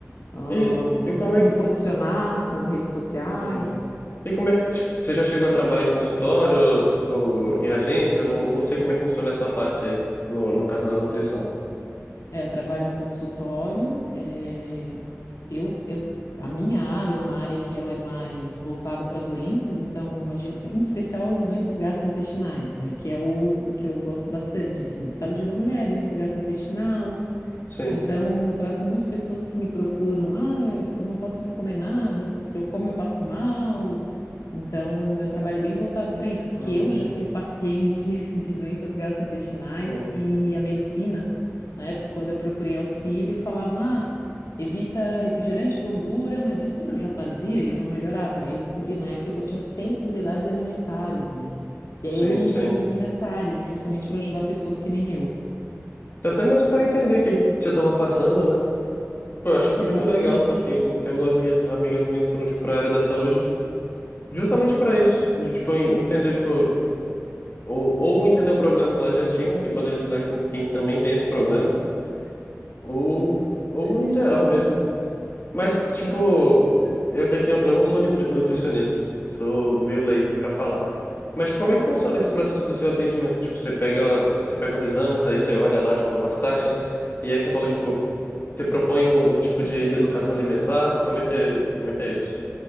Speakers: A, on the left; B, on the left.
A: ahn,
B: E, e
A: na-
B: como é
A: me
B: que
A: posicionar nas redes sociais.
B: Uhum. E como é que, tipo, você já chegou a trabalhar em consultório, tipo, em agência? Não, não sei como é que funciona essa parte aí, no, no caso da nutrição.
A: É, eu trabalho em consultório, é, eu, eu, a minha área é uma área que ela é mais voltada para doenças, então, imagina, em especial doenças gastrointestinais, né, que é o, o que eu gosto bastante, assim, saúde da mulher, doença gastrointestinal,
B: Sim,
A: Então, eu trato muito pessoas que me procuram, ah, eu eu não posso mais comer nada, se eu como eu passo mal. Então, o meu trabalho é bem voltado para isso, porque
B: uhum,
A: eu já fui paciente <laughs> de doenças gastrointestinais
B: sim,
A: e a medicina, na época, quando eu procurei auxílio, falavam, ah, evita refrigerante, gordura, mas isso tudo eu já fazia e eu não melhorava. Aí eu descobri na época que eu tinha sensibilidades alimentares, né? E
B: sim,
A: aí eu me
B: sim.
A: desenvolvi nessa área, justamente para ajudar pessoas que nem eu.
B: Até mesmo para entender o que que você estava passando, né? Pô, eu acho isso
A: Exatamente.
B: muito legal. Tem, tem, tem algumas minhas, amigas minhas que foram, tipo, para a área da saúde, justamente para isso, de, tipo, en- entender, tipo, ou, ou entender o problema que elas já tinham e poder ajudar quem, quem também tem esse problema, ou, ou em geral mesmo. Mas, tipo, eu que aqui eu, eu não sou nitri- nutricionista, sou meio leigo pra falar. Mas tipo, como é que funciona esse processo do seu atendimento? Tipo, você pega, você pega os exames, aí você olha lá, tipo, as taxas, e aí você fala, tipo, você propõe um, um tipo de reeducação alimentar? Como é que é, como é que é isso?